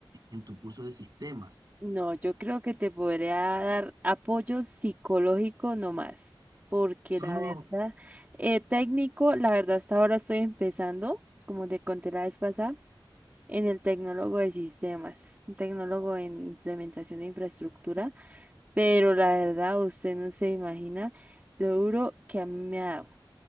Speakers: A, on the right (about 50°); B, on the right (about 20°).
A: en tu curso de sistemas.
B: no, yo creo que te podría dar apoyo psicológico nomás, porque
A: Solo,
B: la verdad, eh, técnico, la verdad hasta ahora estoy empezando, como te conté la vez pasada, en el tecnólogo de sistemas, un tecnólogo en implementación de infraestructura, pero la verdad usted no se imagina lo duro que a mí me ha dado.